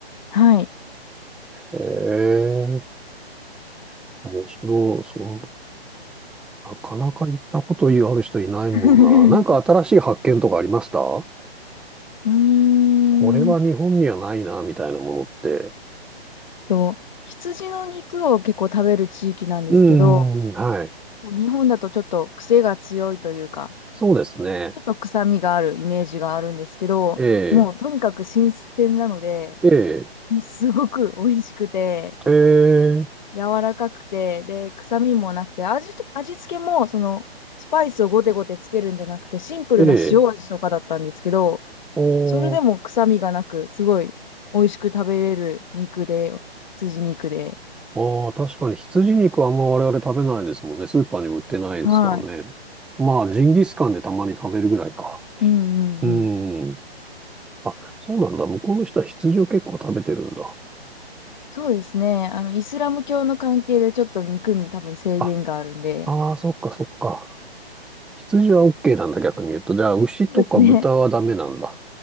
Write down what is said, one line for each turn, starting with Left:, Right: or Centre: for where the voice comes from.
Left: はい。
Centre: へえ、面白い。そう、なかなか行ったことある人いないもんな。
Left: <laughs>
Centre: なんか新しい発見とかありました
Left: うーん
Centre: これは日本にはないな、みたいなものって。
Left: と、羊の肉を結構食べる地域なんですけど、
Centre: うーん、はい。
Left: もう日本だとちょっと癖が強いというか、
Centre: そうですね。
Left: ちょっと臭みがあるイメージがあるんですけど、
Centre: ええ、
Left: もうとにかく新鮮なので、
Centre: ええ、
Left: もうすごく美味しくて、
Centre: ええ、
Left: 柔らかくて、で、臭みもなくて、味と、味付けも、その、スパイスをゴテゴテつけるんじゃなくて、シンプルな塩味とかだったんですけど、
Centre: ええ、おー、
Left: それでも臭みがなく、すごい美味しく食べれる肉で、羊肉で。
Centre: ああ、確かに羊肉はあんま我々食べないですもんね。スーパーにも売ってないですからね。
Left: はい。
Centre: まあ、ジンギスカンでたまに食べるぐらいか。
Left: うんうんうん。
Centre: うん。あ、そうなんだ。向こうの人は羊を結構食べてるんだ。
Left: そうですね。あの、イスラム教の関係でちょっと肉に多分制限があるんで、
Centre: あ、ああ、そっかそっか。羊は OK なんだ、逆に言うと。じゃあ、牛とか豚はダメなんだ。
Left: そうですね。